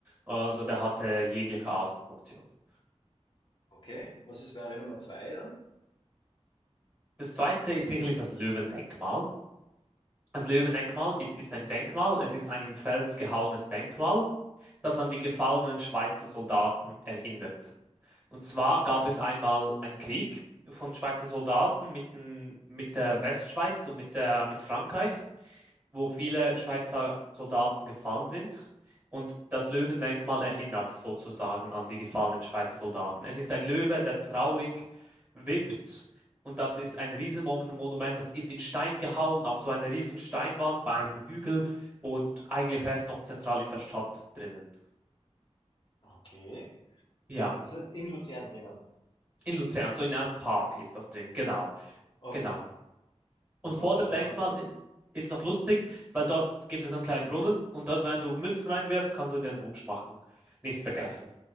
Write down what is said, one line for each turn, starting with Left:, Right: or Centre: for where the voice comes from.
Right: Also der hatte jegliche Art von Funktionen.
Left: Okay, was ist wäre Nummer zwei dann?
Right: Das zweite ist sicherlich das Löwendenkmal. Das Löwendenkmal ist, ist ein Denkmal, es ist ein in Fels gehauenes Denkmal, das an die gefallenen Schweizer Soldaten erinnert. Und zwar gab es einmal einen Krieg von Schweizer Soldaten mit, den- mit der Westschweiz und mit der, mit Frankreich, wo viele Schweizer Soldaten gefallen sind. Und das Löwendenkmal erinnert sozusagen an die gefallenen Schweizer Soldaten. Es ist ein Löwe, der traurig wippt. Und das ist ein Riesenmonument, das ist in Stein gehauen, auf so einer riesen Steinwand bei einem Hügel und eigentlich recht noch zentral in der Stadt drinnen.
Left: Okay,
Right: Ja,
Left: okay, das ist in Luzern drinnen.
Right: in Luzern, so in einem Park ist das drin, genau,
Left: Okay,
Right: genau. Und
Left: und
Right: vor
Left: was wäre
Right: dem Denkmal
Left: dann
Right: ist, ist noch lustig, weil dort gibt es einen kleinen Brunnen und dort, wenn du Münzen reinwirfst, kannst du dir Wunsch machen. Nicht vergessen.
Left: ein